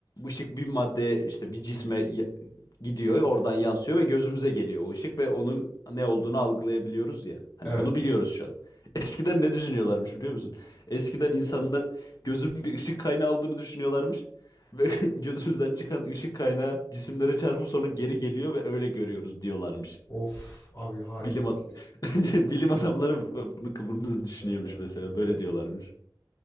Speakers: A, on the left (about 55°); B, on the left (about 30°).
A: Işık bir madde işte bir cisme y- gidiyor, oradan yansıyor ve gözümüze geliyor o ışık ve onun ne olduğunu algılayabiliyoruz ya. Hani
B: Evet.
A: bunu biliyoruz şu an. <laughs> Eskiden ne düşünüyorlarmış biliyor musun? Eskiden insanlar gözün bir ışık kaynağı olduğunu düşünüyorlarmış ve <laughs> gözümüzden çıkan ışık kaynağı cisimlere çarpıp sonra geri geliyor ve öyle görüyoruz diyorlarmış.
B: Of abi harika
A: Bilim
B: bir
A: ad-
B: fikir.
A: <laughs> bilim
B: Gıh,
A: adamları bu- bunu bunu düşünüyormuş
B: Evet ya.
A: mesela böyle
B: Ka-
A: diyorlarmış.